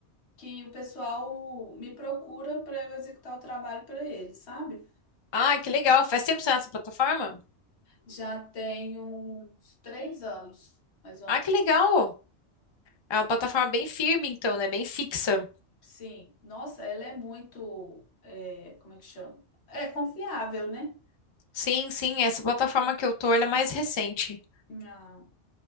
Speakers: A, on the left; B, on the left.
A: que o pessoal me procura para eu executar o trabalho para eles, sabe?
B: Ah, que legal. Faz tempo que você tá nessa plataforma?
A: Já tenho uns três anos, mais ou
B: Ah,
A: menos.
B: que legal. É uma plataforma bem firme, então, né? Bem fixa.
A: Sim, nossa, ela é muito, é, como é que chama? É confiável, né?
B: Sim, sim. Essa plataforma que eu tô, ela é mais recente.
A: Ah,